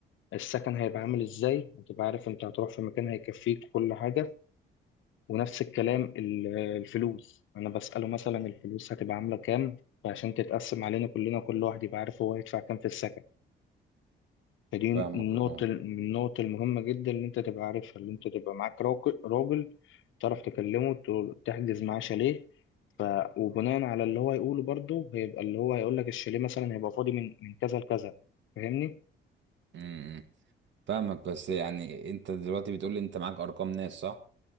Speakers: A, on the left; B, on the right.
A: السكن هيبقى عامل ازاي هتبقى عارف انت هتروح في مكان هيكفيك كل حاجة ونفس الكلام ال- الفلوس انا بسأله مثلا الفلوس هتبقى عاملة كام فعشان تتقسم علينا كلنا كل واحد يبقى عارف هو هيدفع كام في السكن فدي النقطة
B: فاهمك اه
A: النقطة المهمة جدا اللي انت تبقى عارفها اللي انت تبقى معاك راجل راجل تعرف تكلمه تقول- تحجز معاه شاليه ف... وبناء على اللي هو يقوله برضه هيبقى اللي هو هيقول لك الشاليه مثلا هيبقى فاضي من من كذا لكذا فاهمني؟
B: مم، مم. فاهمك بس يعني انت دلوقتي بتقول لي انت معاك ارقام ناس صح